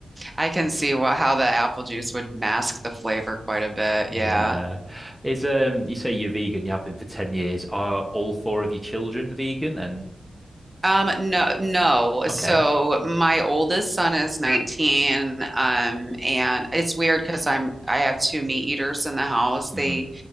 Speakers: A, on the right; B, in the centre.
A: I can see what, how the apple juice would mask the flavor quite a bit.
B: Yeah.
A: Yeah.
B: Is um you say you're vegan, you have been for 10 years. Are all four of your children vegan? And
A: Um, no, no.
B: okay.
A: So my oldest son is 19, um, and it's weird because I'm I have two meat eaters in the house.
B: Mm-hmm.
A: They